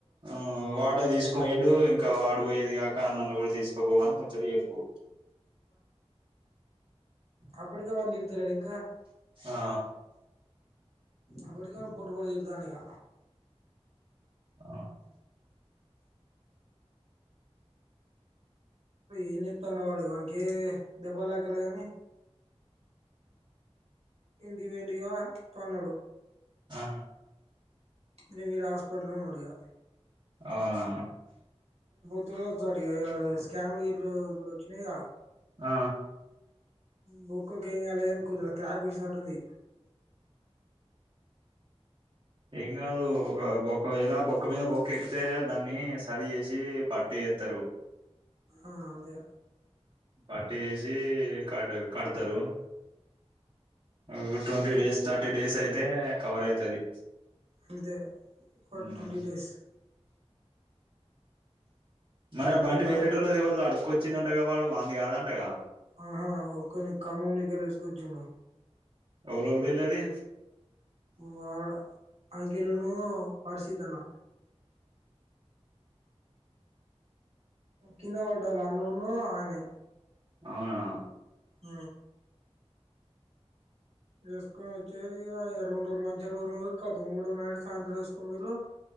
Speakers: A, on the right; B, on the right.
A: ఆ వాడేతీసుకపోయిండు ఇంకా వాడు పోయేది కాక నన్ను కూడ తీ తీసుకపోవు అని ముచ్చట చెప్పు
B: అప్పుటికే వాన్ని తిడుతలేడా ఇంకా
A: ఆ
B: అప్పటికే వాడు పొట్టుపొట్టుదిడుతాండు ఇగ
A: ఆ
B: ఏం చేత్తాండో వాడు వానకే దెబ్బల్తాకలే గానీ ఇండి వి విండుగా పనుడు
A: ఆ
B: ఇగ వీడు హాస్పటల్లనే ఉన్నడిగ
A: అవునా
B: <unintelligible> వత్తాడు ఇగ ఇయాల స్కాన్లు ఇట్లు వచ్చినయి గా
A: ఆ
B: బొక్కకి ఏంకాలే కాని కుదిర క్రాక్ వొచ్చినట్టుంది
A: ఏం కాదు ఒక బొక్క ఏదా బొక్క మీద బొక్క ఎక్కితే దాన్ని సరి చేసి పట్టి ఏత్తరు
B: ఆ అంతే
A: పట్టి వేసి కట్ కడతరు అది ఒక ట్వంటీ
B: ఇగ
A: డేస్ థట్టీ డేసై తే కవర్ అయితది
B: అంతే ఒక
A: మ్మ్
B: ట్వంటీ డేస్
A: మరి ఆ బండి
B: త
A: వేరేటోళ్ళది వాళ్ళు అడుకుొచ్చినట్టుగా వాళ్ళు ది కాదంటగా
B: ఆహా ఓకని కమ్మం నిగల్ ఎందుకొచ్చిండు
A: ఎవులల్ విల్లవి
B: వాళ అఐగళలను అర్షిత్ అన్న కింద పడ్డారు అన్నును ఆయనే
A: అవునా
B: హ వేసుకొని వచ్చే ఇగ ఇగ రొండు రోజులు మంచి ఊరు మీరు కాదు మూడో నాడు సాయంత్రం వేసుకొని పొయిల్లు